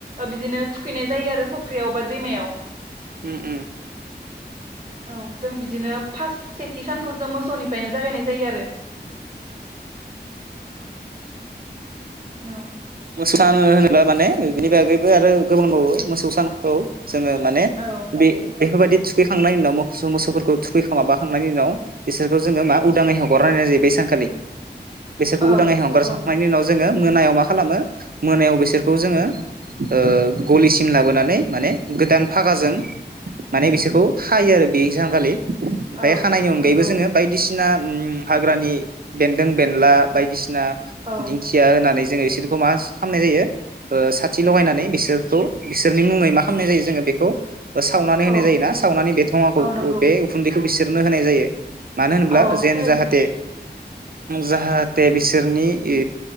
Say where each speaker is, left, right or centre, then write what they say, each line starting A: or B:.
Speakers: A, on the right; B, on the right.
A: बिदिनो थुखैनाय जायो आरो फुख्रियाव बा दैमायाव।
B: उम उम
A: औ जों बिदिनो फास्ट सेथि सानखौ जों मोसौनिफ्रायनो जागायनाय जायो आरो औ
B: सान होनोब्ला माने बिनि बागैबो आरो गोबां होनबावो मोसौ सानखौ जोङो माने
A: आरो
B: बे-बेफोरबायदि थुखैखांनायनि उनाव मोसौ मोसौफोरखौ थुखैखोम माबाखांनायनि उनाव बिसोरखौ जोङो मा उदाङै हगारनाय जायो बेै सानखालि। बेसोरखौ
A: औ
B: उदाङै हमगारसारनायनि
A: औ
B: उनाव जोङो मोननायायाव मा खालामो मोनायाव बिसोरखौ जोङो ओ गलिसिम लाबोनानै माने गोदान फागाजों माने बिसोरखौ हायो आरो बे सांखालि। ओमफ्राय
A: औ
B: खानायनि अनगायैबो
A: नंगौ
B: जोङो बायदिसि ना हाग्रानि बेन्दों बेनला बायदिसि ना
A: औ
B: दिंखिया होनानै जों एसे मा खालामनाय जायो साथि लगायनानै बिसोरखौ बिसोरनि मुङै मा खालामनाय जायो जोङो बेखौ सावनानै होनाय
A: औ
B: जायो ना सावनानै बे थङाखौ
A: औ नंगौ
B: बे उखुन्दैखौ खौ बिसोरनो होनाय जायो। मानो होनोब्ला
A: औ औ
B: जेन
A: थारैनो
B: जाहाथे जाहाथे बिसोरनि इ